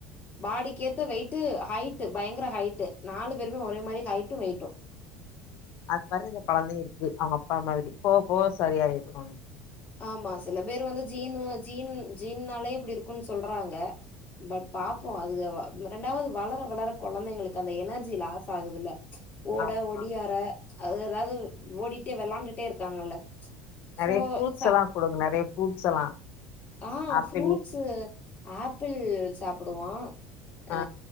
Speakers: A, on the left; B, on the left.
A: பாடிக்கு ஏத்த வெயிட் ஹைட் பயங்கர ஹைட் நாலு பேருமே ஒரே மாரி ஹைட்டு வெயிட்டு
B: அது மாரி இந்த கொழந்தைங்க இருக்கு அவங்க அப்பா மாதிரி போக போக சரியிடுவாங்க
A: ஆமா சில பேர் வந்து ஜீனு ஜீன் ஜீன்னாலே இப்படி இருக்குன்னு சொல்றாங்க பட் பாப்போ அதுக ரெண்டாவது வளர வளர கொழந்தைங்களுக்கு அந்த எனர்ஜி லாஸ் ஆகுது இல்ல ஓட
B: ஆமா
A: ஓடியார அது ஏதாவது ஓடிட்டே வெளாயிண்டுட்டே இருக்காங்கல்ல
B: நறையா
A: சோ
B: ஃப்ரூட்ஸ்
A: ச
B: எல்லா குடுங்க நறையா ஃரூட்ஸ் எல்லா
A: ஆ
B: ஆப்பிள்
A: ஃப்ரூட்ஸ்சு ஆப்பிள் சாப்பிடுவா அ
B: ஆ